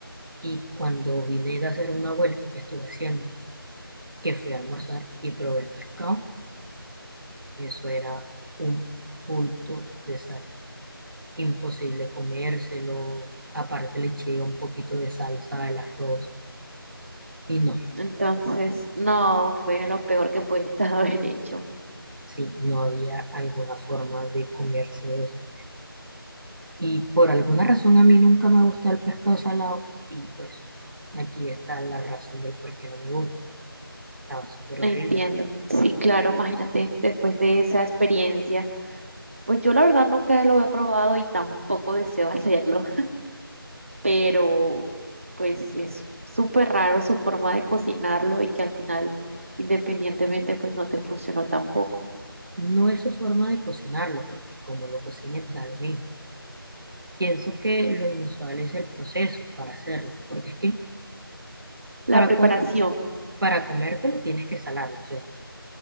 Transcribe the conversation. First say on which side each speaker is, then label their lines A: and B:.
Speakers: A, on the right; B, on the right.
A: y cuando vine de hacer una vuelta que estuve haciendo, que fui a almorzar y probé el pescado, eso era un bulto de sal, imposible comérselo, aparte le eché un poquito de salsa al arroz y no.
B: entonces no fue lo peor que pudiste <laughs> haber hecho.
A: Sí, no había alguna forma de comerse eso. Y por alguna razón a mí nunca me gusta el pescado salado y pues aquí está la razón del por qué no me gusta. Estaba súper
B: Entiendo.
A: horrible.
B: Sí, claro, imagínate, después de esa experiencia, pues yo la verdad nunca lo he probado y tampoco deseo <laughs> hacerlo. pero pues es súper raro su forma de cocinarlo y que al final, independientemente, pues no te funcionó tampoco.
A: No es su forma de cocinarlo, porque como lo cocines da lo mismo. Pienso que lo inusual es el proceso para hacerlo, porque es que
B: La
A: para,
B: preparación,
A: com- para comértelo tienes que salarlo, o sea,